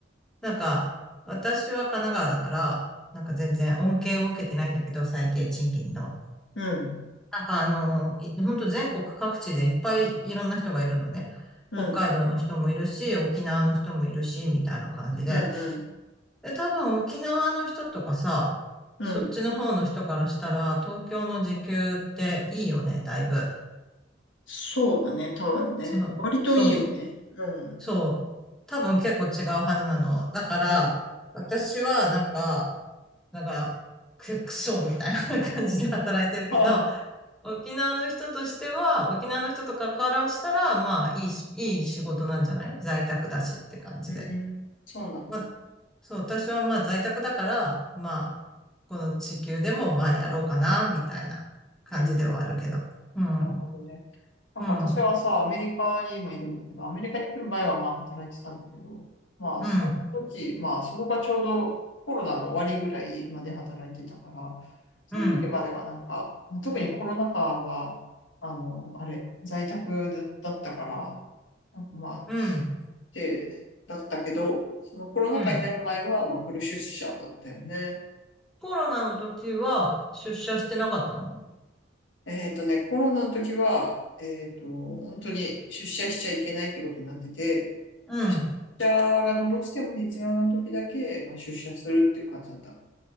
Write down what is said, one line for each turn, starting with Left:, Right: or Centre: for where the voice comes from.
Centre: なんか、私は神奈川だから、なんか全然恩恵を受けてないんだけど、最低賃金の。
Left: うん。
Centre: なんかあの、本当全国各地でいっぱいいろんな人がいるのね。
Left: うん。
Centre: 北海道の人もいるし、沖縄の人もいるし、みたいな感じで。
Left: うんうん。
Centre: で、多分沖縄の人とかさ、
Left: うん。
Centre: そっちの方の人からしたら、東京の時給っていいよね、だいぶ。
Left: そうだね、多分ね。
Centre: そう、
Left: 割といいよね。
Centre: そう
Left: うん。
Centre: そう。多分結構違うはずなの。だから、
Left: うん。
Centre: 私はなんか、なんか、く、くそみたいな感じで働いてるけど、
Left: は
Centre: 沖縄の人としては、沖縄の人とかからしたら、まあ、いいし、いい仕事なんじゃない在宅だしって感じで。
Left: い。うん。そうなんだ。
Centre: まあ、
Left: うん
Centre: そう、私はまあ在宅だから、まあ、この時給でもまあやろうかな、みたいな感じではあるけど。
Left: うん。
Centre: うん、
Left: なるほどね。なんか私はさ、
Centre: うん、うん、
Left: アメリカに今いるんだけど、アメリカに来る前はまあ働いてたんだけど、まあその時、
Centre: うん、
Left: まあそこがちょうどコロナの終わりぐらいまで働いてたから、その時まではなんか、
Centre: う
Left: まあ特にコロナ禍は、あの、あれ、在宅だったから、なんかま
Centre: ん、
Left: て、だったけど、そのコロナ禍になる前は、
Centre: うん。
Left: まあ、フル出社だったよね。
Centre: コロナの時は出社してなかったの
Left: えっとね、コロナの時は、えっと、本当に出社しちゃいけないってことになってて、
Centre: うん。
Left: 出社がどうしても必要な時だけ、まあ、出社するっていう感じだった。